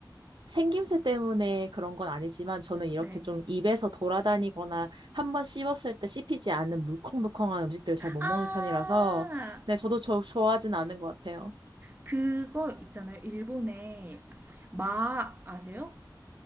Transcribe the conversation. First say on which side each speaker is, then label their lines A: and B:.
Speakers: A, on the right; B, on the right.
A: 생김새 때문에 그런 건 아니지만 저는 이렇게
B: 네.
A: 좀 입에서 돌아다니거나 한번 씹었을 때 씹히지 않는 물컹물컹한 음식들 잘 못
B: 아
A: 먹는 편이라서 네, 저도 저 좋아하진 않은 것 같아요.
B: 그거 있잖아요. 일본에 마 아세요?